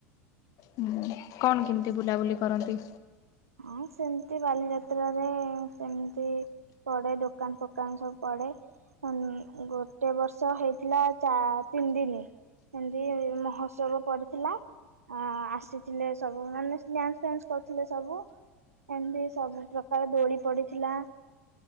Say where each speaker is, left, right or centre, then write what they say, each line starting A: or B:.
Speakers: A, on the left (about 50°); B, on the right (about 85°).
A: ହୁଁ କଣ କେମିତି ବୁଲାବୁଲି କରନ୍ତି?
B: ହଁ ସେମିତି ବାଲିଯାତ୍ରାରେ ସେମିତି ପଡ଼େ ଦୋକାନ ଫୋକାନ ସବୁ ପଡ଼େ। ହଁ ଗୋଟେ ବର୍ଷ ହେଇଥିଲା ଚା ତିନି ଦିନି। ଏମିତି ମହୋଉତ୍ସବ ପଡ଼ିଥିଲା। ଆ ଆସିଥିଲେ ସବୁ ମାନେ ଡ୍ୟାନ୍ସ ଫ୍ୟାନ୍ସ କରୁଥିଲେ ସବୁ। ଏମିତି ସବୁ ପ୍ରକାର ଦୋଳି ପଡ଼ିଥିଲା।